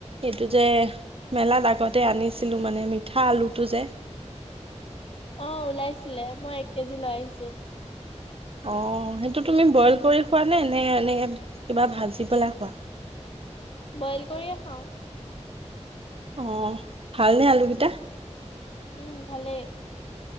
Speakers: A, on the right; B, on the left.
A: এইটো যে মেলাত আগতে আনিছিলো মানে মিঠা আলুটো যে।
B: অ ওলাইছিলে মই এক কেজি লৈ আহিছ। তৌ
A: অ সেইটো তুমি বইল কৰি খোৱা নে নে এনে কিবা ভাজি পেলা খোৱা?
B: বইল কৰিয়ে খাওঁ।
A: অ ভালনে আলুকেইটা?
B: উম ভালেই।